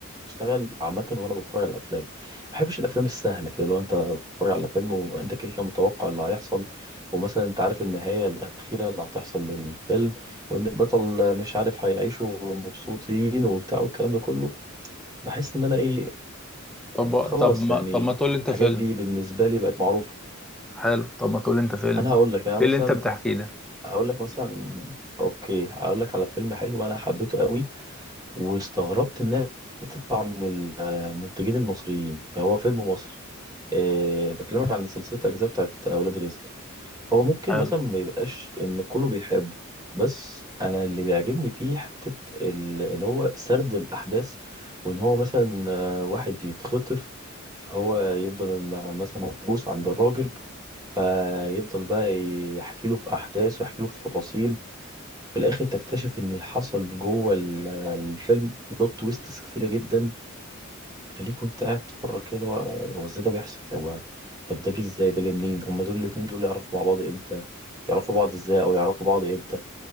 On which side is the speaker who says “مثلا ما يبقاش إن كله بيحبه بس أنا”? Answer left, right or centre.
Right